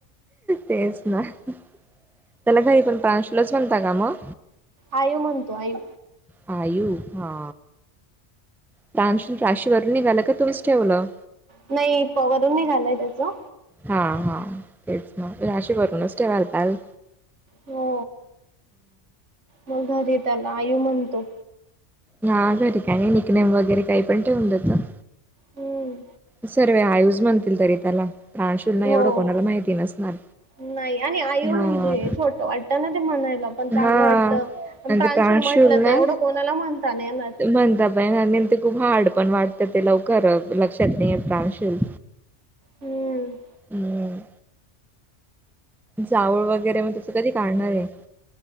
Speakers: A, in the centre; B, on the right.
A: तेच ना. त्याला घरी पण प्रांशुलच म्हनता का मग?
B: आयू म्हणतो आयू.
A: आयू हा प्रान राशीवररून निघालं का तुम्हीच ठेवलं.
B: नाही वरून नाही घालाय त्याचं.
A: हा हा तेच ना राशीे वरूनच ते ठेवतात.
B: हो. मग घरी त्याला आयू म्हणतो.
A: ह घरी का नाही निकनेम वगैरे काही पण ठेवून देतो.
B: हम्म
A: सर्व आयूस म्हणतील तरी त्याला. प्राणशूलना
B: हो
A: एवढं कोणाला माहिती नसणार.
B: नाही आणि आई म्हणजे
A: हां,
B: छोट आत्याना ते म्हणायला पण चांगलं
A: हां.
B: वाटत. पण
A: आणि
B: प्रांशुल
A: ते
B: म्हटलं
A: ना
B: तर एवढं कोणाला म्हणता नाही येणार.
A: म्हणता नाही ते खूप हार्ड पण वाटतं ते लवकर लक्षात नाही प्राणशील.
B: हम्म.
A: हम्म. जाऊळ वगैरे मग तचं कधी काढणार आहे.